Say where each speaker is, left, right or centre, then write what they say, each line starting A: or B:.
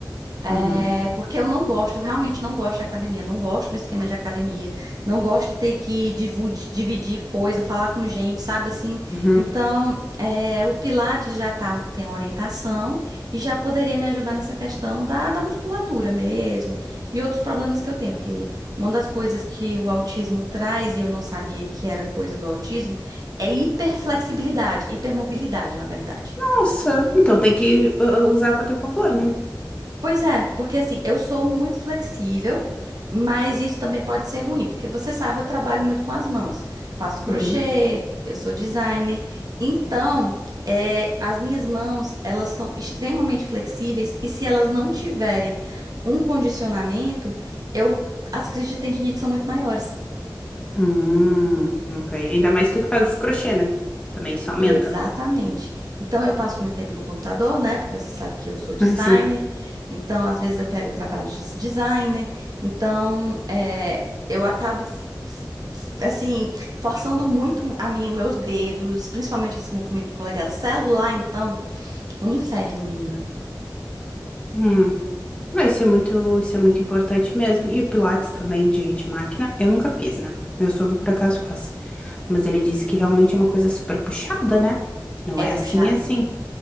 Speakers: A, on the right; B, on the left.
A: É,
B: uhum,
A: porque eu não gosto, eu realmente não gosto de academia, não gosto do esquema de academia, não gosto de ter que divudi- dividir coisa, falar com gente, sabe assim?
B: uhum.
A: Então, é, o Pilates já tá, tem orientação e já poderia me ajudar nessa questão da, da musculatura mesmo e outros problemas que eu tenho, que uma das coisas que o autismo traz e eu não sabia que era coisa do autismo é hiperflexibilidade, hipermobilidade, na verdade.
B: Nossa, então tem que uh, uh, usar pra teu favor, né?
A: Pois é, porque assim, eu sou muito flexível, mas isso também pode ser ruim, porque você sabe, eu trabalho muito com as mãos. Faço crochê,
B: Uhum.
A: eu sou designer. Então, é, as minhas mãos, elas são extremamente flexíveis e se elas não tiverem um condicionamento, eu, as crises de tendinite são muito maiores.
B: Hum, ok. Ainda mais tu que faz crochê, né? Também isso aumenta.
A: Exatamente. Então eu passo muito tempo no computador, né? Porque você sabe que eu sou designer.
B: Ai, sim.
A: Então, às vezes, eu pego trabalho de designer. Então, é, eu acabo f- f- f- assim, forçando muito a minha, meus dedos, principalmente esse movimento do polegar. Celular, então, um inferno, menina.
B: Hum. Ah, isso é muito, isso é muito importante mesmo. E o Pilates também de, de máquina, eu nunca fiz, né? Meu sogro por acaso faz. Mas ele disse que realmente é uma coisa super puxada, né? Não
A: É
B: é assim,
A: puxado?
B: é assim.